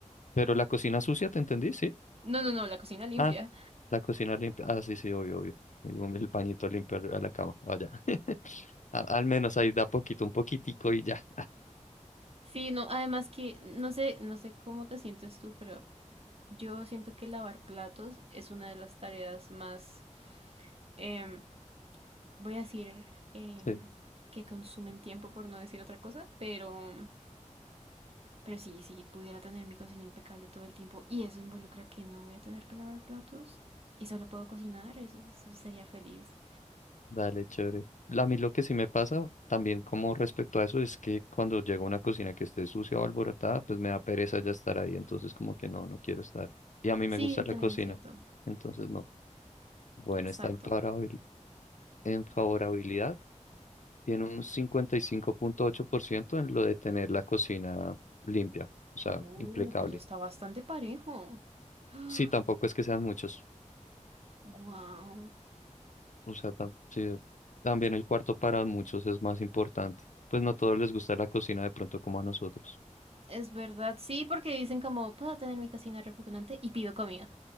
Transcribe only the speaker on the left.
Pero la cocina sucia, ¿te entendí? Sí.
Ah, la cocina limpia. Ah, sí, sí, obvio, obvio. Y un- El pañito limpio a la cama. Vaya. <laughs> A- Al menos ahí da poquito, un poquitico y ya.
Sí,
dale, chévere. La- A mí lo que sí me pasa también como respecto a eso es que cuando llego a una cocina que esté sucia o alborotada, pues me da pereza ya estar ahí. Entonces como que no, no quiero estar. Y a mí
me gusta la
cocina.
Entonces no. Bueno,
está en favorabili- en favorabilidad. tiene un cincuenta y cinco punto ocho por ciento en lo de tener la cocina limpia, o sea,
impecable.
Sí, tampoco es que sean muchos,
o sea, tam- sí, también el cuarto para muchos es más importante. Pues no todos les gusta la cocina de pronto como a nosotros.